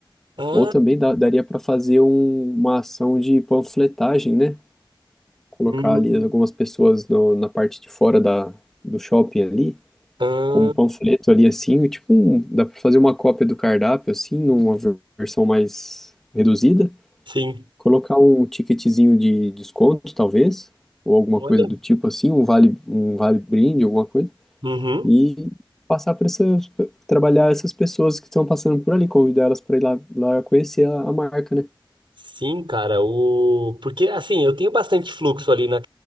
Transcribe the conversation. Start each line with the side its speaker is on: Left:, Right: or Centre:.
Right: Ah,
Centre: Ou também dá- daria para fazer um- uma ação de panfletagem, né? Colocar
Right: hum.
Centre: ali algumas pessoas no- na parte de fora da, do shopping ali,
Right: Ah,
Centre: com um panfleto ali assim, tipo, um- dá para fazer uma cópia do cardápio assim, numa ver- versão mais reduzida.
Right: sim.
Centre: Colocar um ticketzinho de desconto, talvez, ou alguma
Right: Olha.
Centre: coisa do tipo assim, um vale, um vale brinde, alguma coisa
Right: Uhum.
Centre: e passar por essas, trabalhar essas pessoas que estão passando por ali, convidar elas para ir lá, lá conhecer a, a marca, né?
Right: Sim, cara, o... porque assim, eu tenho bastante fluxo ali na...